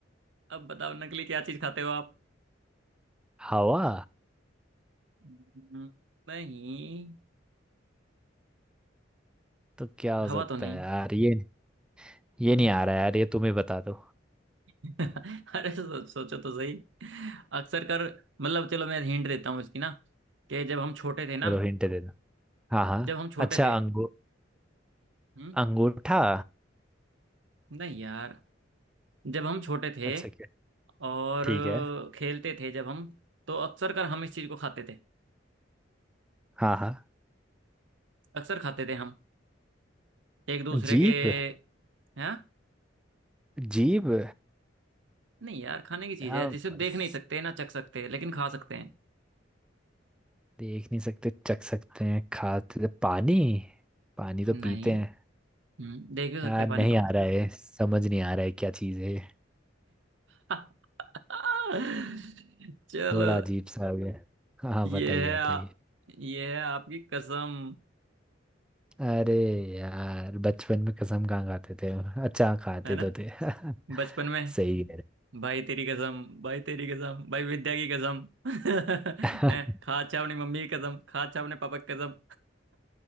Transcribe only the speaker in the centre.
हवा
तो क्या हो
सकता
है यार ये ये
नहीं आ रहा है यार ये तुम ही बता दो
चलो हिंट दे दो हाँ हाँ
अच्छा
अंगू
अंगूठा
अच्छा क्या
ठीक है
हाँ हाँ
जीभ
जीभ
यार
बस
देख नहीं सकते चख सकते हैं खाते पानी पानी तो
पीते हैं
यार
नहीं
आ रहा है समझ नहीं आ रहा है क्या चीज़ है
थोड़ा अजीब सा हो गया हाँ हाँ,
बताइए
बताइए
अरे यार बचपन में कसम कहाँ खाते थे हम? अच्छा खाते
तो थे
<laughs>
सही कह
रहे